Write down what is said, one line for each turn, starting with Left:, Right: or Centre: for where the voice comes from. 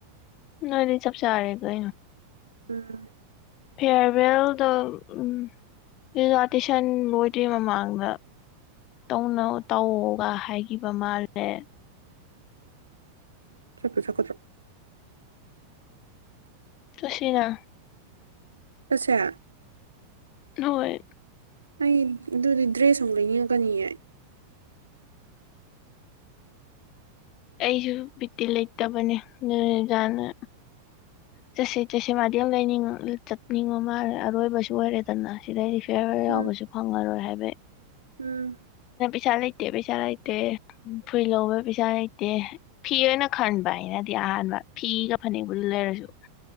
Left: ꯅꯣꯏ ꯅ ꯆꯕ ꯆꯥꯔꯦ ꯀ
Right: ꯎꯝ
Left: ꯐꯤꯌꯥꯔꯋꯦꯜꯗ ꯎ ꯖꯥ ꯇꯁꯟ ꯂꯣꯏꯗ꯭ꯔꯤ ꯃꯃꯥꯡꯗ ꯇ ꯇꯧꯒ ꯍꯥꯏꯈꯤꯕ ꯃꯥꯜꯂꯦ
Right: ꯆꯠꯣ ꯆꯀꯣ ꯆ
Left: ꯇꯨꯁꯤꯅ
Right: ꯆꯁ
Left: ꯍꯣꯏ
Right: ꯑꯩ ꯑꯗꯨꯗꯤ ꯗ꯭ꯔꯦꯁ ꯑꯨꯛ ꯂꯩꯅꯤꯡꯉꯛꯀꯅꯤꯌꯦ
Left: ꯑꯩꯁꯨ ꯕꯤꯇꯤ ꯂꯩꯇꯕꯅꯦ ꯅꯖꯥꯅ ꯆꯠꯁꯤ ꯆꯠꯁꯤ ꯃꯥꯗꯤ ꯌꯥꯝ ꯂꯩ ꯆꯠꯅꯤꯡꯕ ꯃꯥꯜꯂꯦ ꯑꯔꯣꯏꯕꯁꯨ ꯑꯣꯏꯔꯦꯗꯅ ꯁꯤꯗꯩ ꯐꯤꯌꯔ ꯌꯥꯎꯕꯁꯨ
Right: ꯎꯝ
Left: ꯐꯪꯉꯔꯣꯏ ꯍꯥꯏꯕ
Right: ꯎꯝ
Left: ꯄꯩꯁꯥ ꯂꯩꯇꯦ ꯄꯩꯁꯥ ꯂꯩꯇꯦ ꯎ ꯐꯨꯏ ꯂꯧꯕ ꯄꯩꯁꯥ ꯂꯩꯇꯦ ꯗꯦ ꯐꯤ ꯑꯣꯏꯅ ꯈꯟꯕ ꯍꯥꯏꯩꯅꯗꯤ ꯑꯍꯥꯟꯕ ꯐꯤꯒ ꯐꯅꯦꯛꯕꯨꯗꯨ ꯂꯩꯔꯁꯨ